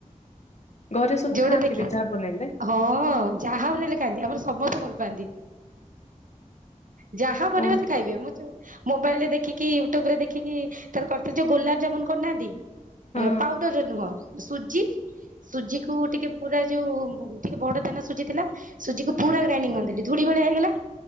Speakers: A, on the left (about 60°); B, on the right (about 85°).
A: ଘରେ ସବୁ
B: ଯୋଉଟା
A: ଖାଆନ୍ତି
B: ଦେଖି
A: ବି ଯାହା ବନେଇଲେ
B: ହଁ-ଅ-ଅ ଯାହା ବନେଇଲେ ଖାଆନ୍ତି ଆମର ସମସ୍ତେ ଭଲ ପାଆନ୍ତି। ଯାହା ବନେଇବେ
A: କଣ
B: ସେ ଖାଇବେ ମୁଁ ତ ମୋବାଇଲ ରେ ଦେଖିକି କି ୟୁଟ୍ୟୁବ ରେ ଦେଖିକି ତାର କରିଥିଲି ଗୋଲାପ ଜାମୁନ କରୁନାହାନ୍ତି
A: ହଁ
B: ଏ ପାଉଡରେ ନୁହଁ ସୁଜି ସୁଜିକୁୁ ଟିକେ ପୁରା ଯୋଉ-ଉ-ଉ ଟିକେ ବଡ ଦାନା ସୁଜି ଥିଲା ସୁଜିକୁ ପୁରା ଗ୍ରାଇଡିଂ କରିଦେଲି ଧୂଳି ଭଳିଆ ହେଇଗଲା।